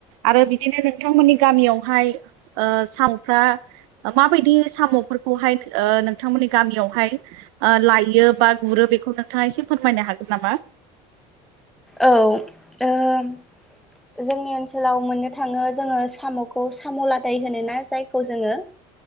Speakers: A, on the right (about 80°); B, in the centre.
A: आरो बिदिनो नोंथांमोननि गामियावहाय साम'फ्रा माबायदि साम'फोरखौहाय नोंथांमोननि गामियावहाय लायो बा गुरो बेखौ नोंथाङा एसे फोरमायनो हागोन नामा
B: औ जोंनि ओनसोलाव मोननो थाङो जोङो साम'खौ साम' लादाय होनो ना जायखौ जोङो